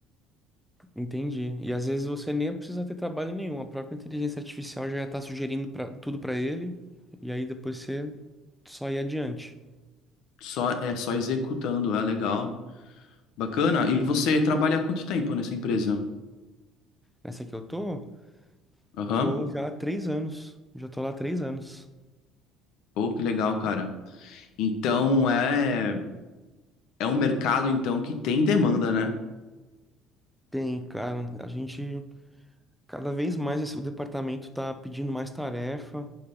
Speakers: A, in the centre; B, on the left.
A: Entendi. E às vezes você nem precisa ter trabalho nenhum, a própria inteligência artificial já ia estar sugerindo pra, tudo para ele, e aí depois você só ir adiante.
B: só é só executando, é legal. Bacana. E você trabalha há quanto tempo nessa empresa?
A: Nessa que eu tô,
B: Aham.
A: tô já há três anos. Já tô lá há três anos.
B: Pô, que legal, cara. Então, é. É um mercado, então, que tem demanda, né?
A: Tem, cara, a gente cada vez mais esse, o departamento tá pedindo mais tarefa.